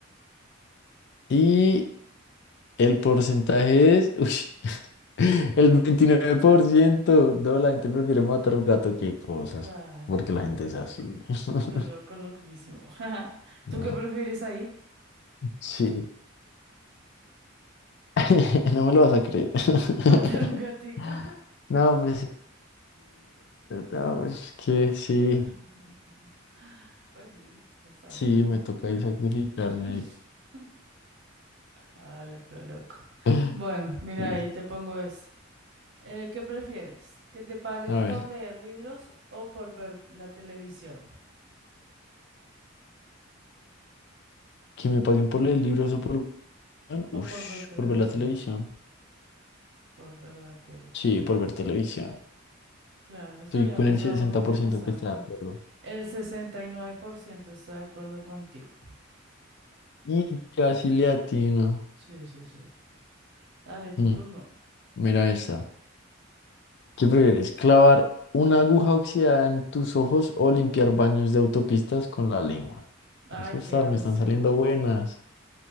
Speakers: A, on the left (about 60°); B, on the right (about 60°).
A: Y el porcentaje es, ush, <laughs> el 29%. No, la gente prefiere matar a un gato que cosas.
B: Claro,
A: Porque la gente
B: qué loco.
A: es así. <laughs>
B: Qué loco, loquísimo. <laughs>
A: No.
B: ¿Tú qué prefieres ahí?
A: Sí. <laughs> No me lo vas a creer. <laughs>
B: <laughs> ¿Matar un gatico?
A: No, pues, sí, no, pues es que sí,
B: <laughs> Pues sí, está
A: sí,
B: bien.
A: me toca ahí sacrificarme
B: <laughs>
A: ahí.
B: Ah, loco, loco.
A: <laughs>
B: Bueno, mira,
A: Sí,
B: ahí te pongo esto. Eh, ¿qué prefieres? ¿Que te paguen
A: a
B: por
A: ver,
B: leer libros o por ver la televisión?
A: que me paguen por leer libros o por, ush,
B: O por ver televisión,
A: por ver la televisión.
B: por ver la tele.
A: Sí, por ver televisión.
B: Claro,
A: Estoy
B: sería
A: con
B: un
A: el
B: trabajo
A: 60%
B: interesante.
A: que está de acuerdo.
B: El 69% está de acuerdo contigo.
A: Y casi le atino.
B: Sí, sí, sí. Dale, tu
A: Mm,
B: turno.
A: mira esta. ¿Qué prefieres? ¿Clavar una aguja oxidada en tus ojos o limpiar baños de autopistas con la lengua?
B: Ay,
A: Eso
B: qué
A: está,
B: asco.
A: me están saliendo buenas.